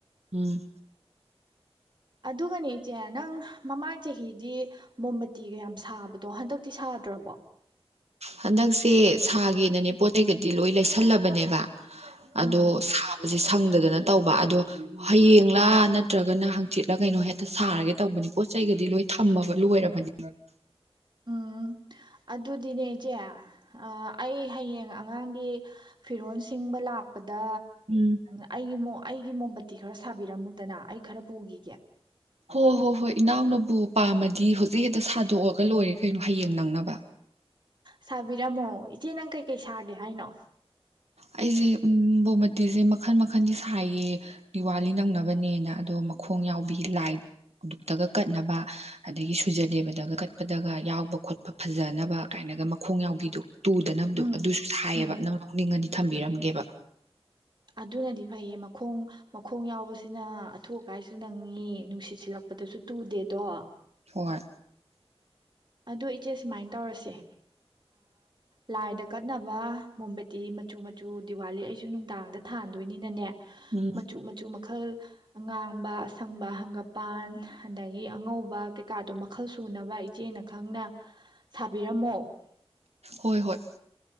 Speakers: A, on the right; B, on the right.
A: ꯎꯝ
B: ꯑꯗꯨꯒꯅꯦ ꯏꯆꯦ ꯅꯪ ꯃꯃꯥꯡ ꯆꯍꯤꯗꯤ ꯃꯣꯝꯕꯇꯤꯒ ꯌꯥꯝ ꯁꯥꯕꯗꯣ ꯍꯟꯗꯛꯇꯤ ꯁꯥꯗ꯭ꯔꯕꯣ
A: ꯍꯟꯗꯛꯁꯦ ꯁꯥꯒꯦꯅꯅꯦ ꯄꯣꯠ ꯆꯩꯩꯒꯗꯤ ꯂꯣꯏ ꯂꯩꯁꯜꯂꯕꯅꯦꯕ ꯑꯗꯣ
B: ꯎꯝ
A: ꯁꯤ ꯁꯪꯗꯗꯅ ꯇꯧꯕ ꯑꯗꯣ ꯍꯌꯦꯡꯂꯥ ꯅꯠꯇ꯭ꯔꯒꯅ ꯍꯪꯆꯤꯠꯂꯥ ꯀꯩꯅꯣ ꯍꯦꯛꯇ ꯁꯥꯔꯒꯦ ꯇꯧꯕꯅꯤ ꯄꯣꯠ ꯆꯩꯩꯒꯗꯤ ꯂꯣꯏ ꯊꯝꯃꯕ ꯂꯣꯏꯔꯕꯅꯤ
B: ꯎꯝ ꯑꯗꯨꯗꯤꯅꯦ ꯏꯆꯦ ꯑꯩ ꯍꯌꯦꯡ ꯑꯉꯥꯡꯒꯤ ꯐꯤꯔꯣꯜ ꯁꯤꯡꯕ ꯂꯥꯛ ꯗ
A: ꯎꯝ
B: ꯑꯩꯒꯤ ꯃꯣ ꯑꯩꯒꯤ ꯃꯣꯝꯝꯕꯇꯤ ꯈꯔ ꯁꯥꯕꯤꯔꯝꯃꯨ ꯗꯅ ꯑꯩ ꯈꯔ ꯄꯨꯈꯤꯒꯦ
A: ꯍꯣ ꯍꯣ ꯍꯣꯏ ꯏꯅꯥꯎꯅꯕꯨ ꯄꯥꯝꯃꯗꯤ ꯍꯧꯖꯤꯛ ꯍꯦꯛꯇ ꯁꯥꯗꯣꯛꯑꯒ ꯂꯣꯏꯔꯦ ꯀꯩꯅꯣ ꯍꯌꯦꯡ ꯅꯪꯅꯕ
B: ꯁꯥꯕꯤꯔꯝꯃꯣ ꯏꯆꯦ ꯅꯪ ꯀꯩꯀꯩ ꯁꯥꯒꯦ ꯍꯥꯏꯅꯣ
A: ꯑꯩꯁꯦ ꯕꯣꯃꯇꯤꯁꯦ ꯃꯈꯜ ꯃꯈꯟꯗꯤ ꯁꯥꯏꯌꯦ ꯗꯤꯋꯥꯂꯤ ꯅꯪꯅꯕꯅꯦꯅ ꯑꯗꯣ ꯃꯈꯣꯡ ꯌꯥꯎꯕꯤ ꯂꯥꯏꯛꯇꯒ ꯀꯠꯅꯕ ꯑꯗꯒꯤ ꯁꯨꯖꯗꯦꯕꯗꯒ ꯀꯠꯄꯗꯒ ꯌꯥꯎꯕ ꯈꯣꯠꯄ ꯐꯖꯅꯕ ꯀꯥꯏꯅꯒ ꯃꯈꯣꯡ ꯌꯥꯎꯕꯤꯗꯣ ꯇꯨꯗꯅꯕꯗꯣ
B: ꯎꯝ
A: ꯑꯗꯨꯁꯨ ꯁꯥꯏꯌꯦꯕ
B: ꯎꯝ
A: ꯅꯪꯅ ꯂꯧꯥꯎꯅꯤꯡꯉꯗꯤ ꯊꯝꯕꯤꯔꯝꯒꯦꯕ
B: ꯑꯗꯨꯅꯗꯤ ꯐꯩꯌꯦ ꯃꯈꯣꯡ ꯃꯈꯣꯡ ꯌꯥꯎꯕꯁꯤꯅ ꯑꯊꯨ ꯑꯀꯥꯏꯁꯨ ꯅꯪꯉꯤ ꯅꯨꯡꯁꯤꯠ ꯁꯤꯜꯂꯛꯄꯗꯁꯨ ꯇꯨꯗꯦꯗꯣ
A: ꯊꯣꯏ
B: ꯑꯗꯣ ꯏꯆꯦ ꯁꯨꯃꯥꯏꯅ ꯇꯧꯔꯁꯦ ꯂꯥꯏꯗ ꯀꯠꯅꯕ ꯃꯣꯝꯕꯦꯇꯤ ꯃꯆꯨ ꯃꯆꯨ ꯗꯤꯋꯥꯂꯤ ꯑꯩꯁꯨ ꯅꯨꯡꯗꯥꯡꯗ ꯊꯥꯟꯗꯣꯏꯅꯤꯅꯅꯦ
A: ꯎꯝ
B: ꯃꯆꯨ ꯃꯆꯨ ꯃ ꯃꯈꯜ ꯑꯉꯥꯡꯕ ꯑꯁꯪꯕ ꯍꯪꯒꯄꯥꯟ ꯑꯗꯒꯤ ꯑꯉꯧꯕ ꯀꯩꯀꯥꯗꯣ ꯃꯈꯜ ꯁꯨꯅꯕ ꯏꯆꯦꯅ ꯈꯪꯅ ꯁꯥꯕꯤꯔꯝꯃꯣ
A: ꯍꯣꯏ ꯍꯣꯏ